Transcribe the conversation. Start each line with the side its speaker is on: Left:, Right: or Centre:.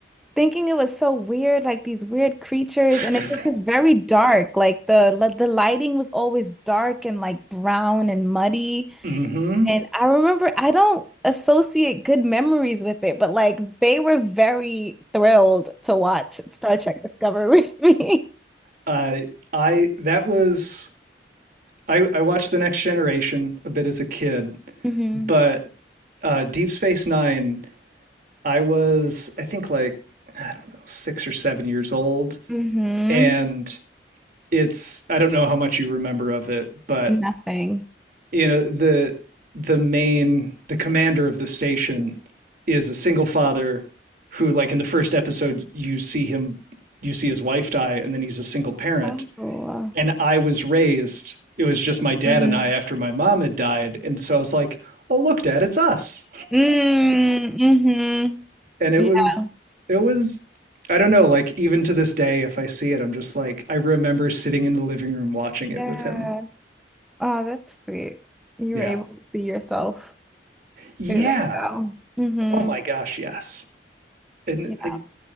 Centre: thinking it was so weird, like these weird creatures,
Right: <laughs>
Centre: and it was just very dark. Like the like the lighting was always dark and like brown and muddy.
Right: mm-hmm
Centre: And I remember I don't associate good memories with it, but like they were very thrilled to watch Star Trek Discovery <laughs> with me.
Right: i i that was i i watched the next generation a bit as a kid
Centre: hmm
Right: but uh deep space nine I was, I think, like, I don't know, six or seven years old.
Centre: hmm
Right: And it's, I don't know how much you remember of it, but,
Centre: Nothing.
Right: you know, the, the main, the commander of the station is a single father who, like, in the first episode, you see him, you see his wife die, and then he's a single parent.
Centre: Oh.
Right: And I was raised, it was just my dad
Centre: Mm-hmm.
Right: and I after my mom had died. And so I was like, oh, look, dad, it's us
Centre: Mm-hmm.
Right: and it
Centre: Yeah.
Right: was it was I don't know, like even to this day if I see it I'm just like I remember sitting in the living room watching it
Centre: Yeah.
Right: with him.
Centre: Oh, that's sweet. You
Right: Yeah.
Centre: were able to see yourself.
Right: Yeah.
Centre: through the show. hmm
Right: Oh my gosh, yes. And
Centre: Yeah.
Right: I,